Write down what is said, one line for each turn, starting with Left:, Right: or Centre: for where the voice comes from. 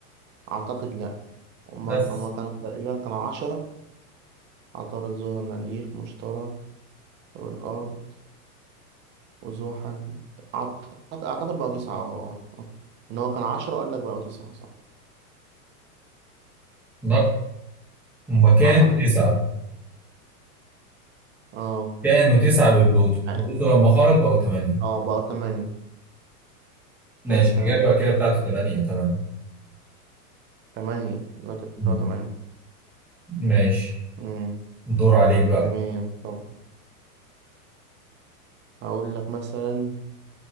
Right: أعتقد لأ هما
Centre: بس
Right: هما كانوا تقريبا كانوا عشرة عطارد زهرة مريخ مشتري والأرض وزحل أعتقد أعتقد بقى تسعة اه اه آه. إن هو كان عشرة أقول لك بقوا تسعة صح
Centre: لا هما كانوا
Right: أعتقد تسعة
Centre: تسعة
Right: اه
Centre: كانوا تسعة
Right: يعني-
Centre: ببلوتو
Right: يعني-
Centre: بلوتو لما خرج بقوا تمانية
Right: اه بقوا تمانية
Centre: ماشي
Right: كده أنت
Centre: الإجابة
Right: اه
Centre: كده بتاعته تمانية تمانية
Right: تمانية دلوقتي
Centre: مم.
Right: بقوا تمانية
Centre: ماشي
Right: أمم،
Centre: دور عليك بقى
Right: تمام طب هقول لك مثلا